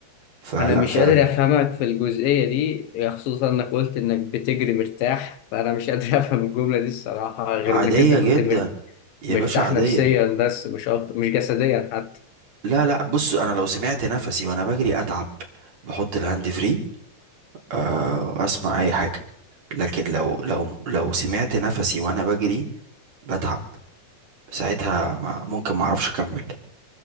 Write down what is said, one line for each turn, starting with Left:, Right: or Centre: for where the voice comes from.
Right: فلا
Left: انا مش
Right: فعلا
Left: قادر افهمك في الجزئيه دي خصوصا انك قلت انك بتجري مرتاح فانا مش قادر <laughs> افهم الجمله دي الصراحه غير
Right: عادية
Left: انك انت كنت
Right: جدا
Left: مر-
Right: يا
Left: مرتاح
Right: باشا عادية
Left: نفسيا بس مش اكتر مش جسديا حتى
Right: لا لا بص انا لو سمعت نفسي وانا بجري اتعب بحط الهاند فري أه واسمع اي حاجة لكن لو لو لو سمعت نفسي وانا بجري بتعب ساعتها ما ممكن ما اعرفش اكمل